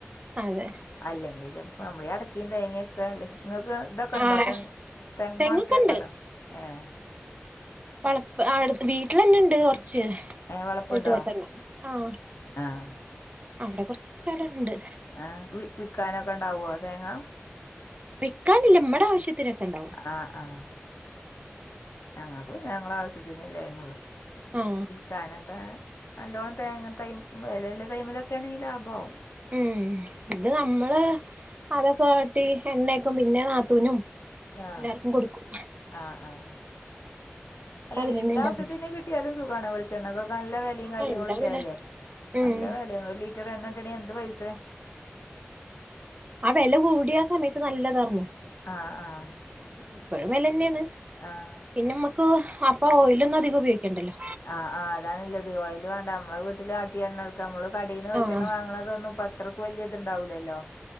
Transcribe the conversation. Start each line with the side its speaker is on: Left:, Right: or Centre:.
Right: അതെ.
Left: അല്ലെങ്കിൽ ചിലപ്പോ നമ്മള് അടക്കെം തേങ്ങൊക്കെ അല്ലേ നിങ്ങൾക്ക് ഇതൊക്കെ ഉണ്ടോ
Right: ആഹ്
Left: തെങ്ങും
Right: തെങ്ങൊക്കെണ്ട്
Left: അടക്കയൊക്കെ ഉണ്ടോ ഏഹ്
Right: <unintelligible> വീട്ടിൽ തന്നെയുണ്ട് കൊറച്ച്.
Left: ഏഹ് വളപ്പുണ്ടോ
Right: എട്ട്പത്തെണ്ണം ആഹ്
Left: ആഹ്
Right: അവിടെ കുറച്ച് സ്ഥലുണ്ട്.
Left: ആ വിൽക്കാനൊക്കെ ഉണ്ടാവോ ആഹ് തേങ്ങ.
Right: വിക്കാനില്ല നമ്മുടെ ആവശ്യത്തി തിനെക്കെ ഉണ്ടാവും.
Left: ആഹ് ആഹ് ഞങ്ങൾക്ക് പിന്നെ ഞങ്ങളെ ആവശ്യത്തിന് ഇല്ലയ്ന്നെള്ളൂ
Right: ആഹ്
Left: കാനൊക്കെ നല്ലോണം തേങ്ങ ടൈമ് വിലല്ല ടൈമിലൊക്കെ ആണെങ്കിൽ ലാഭാവും.
Right: ഉം ഇത് നമ്മള് അതൊക്കെ വെട്ടി എണ്ണക്കും പിന്നെ നാത്തൂനും.
Left: ആഹ്
Right: എല്ലാർക്കും കൊടുക്കും
Left: ആഹ് ആഹ്
Right: അപ്പൊ
Left: അല്ല
Right: അതിനന്നെ
Left: വീട്ടിലെ
Right: ഇണ്ടാവുള്ളു
Left: ആവശ്യത്തിന് കിട്ടിയാലും സുഖാണ് ച്ചെണ്ണക്കൊക്കെ നല്ല വിലയും
Right: ആഹ്
Left: കാര്യങ്ങളും
Right: എന്താ
Left: ഉള്ളയ്
Right: വില
Left: അല്ലേ
Right: ഉം
Left: നല്ല വില ഒരു ലിറ്റർ എണ്ണ കിട്ടാണെങ്കി എന്ത് പൈസ?
Right: ആഹ് വില കൂടിയ ആഹ് സമയത്ത് നല്ലതായിരുന്നു.
Left: ആഹ് ആഹ്.
Right: ഇപ്പോഴും വില തന്നെയാണ്
Left: ആഹ്
Right: പിന്നെ നമ്മുക്ക് അപ്പൊ ഓയിലൊന്നും അധികം ഉപയോഗിക്കണ്ടല്ലോ.
Left: ആഹ് ആഹ് അതാണ് ഇല്ലത് ഓയില് വേണ്ട നമ്മളെ വീട്ടില് ആട്ടിയ എണ്ണ നമ്മള് കടയിൽന്ന് വെളിച്ചെണ്ണ
Right: ആഹ്
Left: വാങ്ങണതൊന്നും ഇപ്പ അത്രക്ക് വലിയ ഇത്ണ്ടാവലല്ലോ.